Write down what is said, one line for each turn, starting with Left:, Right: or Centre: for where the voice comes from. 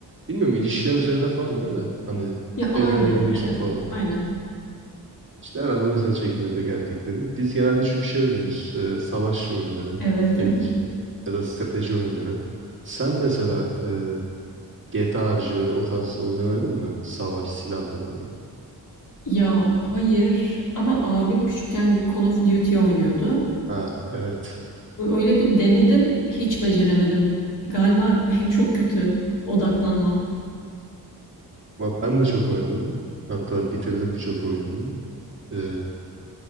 Right: bilmiyorum ilişkiler üzerine falan değil mi? Hani
Left: Ya aile
Right: evlenebiliyorsun
Left: evet
Right: falan.
Left: aynen.
Right: İşte herhalde o yüzden çekmiyor pek erkekleri. Biz genelde çünkü şey oynuyoruz. e, savaş oyunları
Left: Evet
Right: diyebileceğin.
Left: evet.
Right: Ya da strateji oyunları. Sen mesela e, GTA harici böyle o tarz oyunlar oynadın mı? Savaş, silahlı böyle.
Left: Ya hayır ama abim küçükken Call of Duty oynuyordu.
Right: Ha evet.
Left: Ö- Öyle bir denedim hiç beceremedim. Galiba <laughs> çok kötü odaklanmam.
Right: Bak Ben de çok oynadım. Hatta bitirdim birçok oyununu. E,